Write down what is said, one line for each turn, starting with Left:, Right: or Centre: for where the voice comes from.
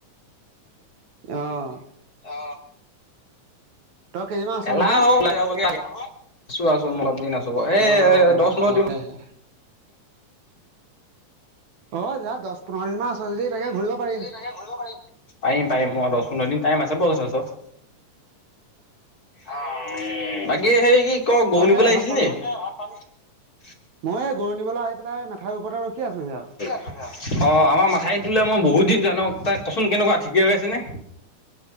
Right: অ।
Left: অ।
Right: তই কেইদিনমান আছ
Left: এলাহ
Right: নহয়
Left: ও <unintelligible> আছো আছো মই অলপ দিন আছো। এ
Right: অ
Left: দহ পোন্ধৰ দিন
Right: <inaudible> অ যা দহ পোন্ধৰ দিনমান আছে যদি তাকে ঘূৰিব পাৰিম।
Left: তাকে ঘূৰিব পাৰিম। পাৰিম পাৰিম, মই দহ-পোন্ধৰ দিন টাইম আছে <unintelligible> অ <unintelligible> বাকী সেই কি ত গৰু
Right: তাকে
Left: নিবলৈ আহিছিল
Right: ভাত পানী
Left: নেকি? <unintelligible>
Right: মই এই গৰুৰ নিবলৈ আহি পেলাই, মেঠাউৰীৰ ওপৰতে ৰখি আছোহি আৰু।
Left: অ আমাৰ মাথাউৰিইটোলে মই বহুত দিন যোৱা এ নাই তাক কচোন কেনেকুৱা ঠিকে হৈ আছে নে?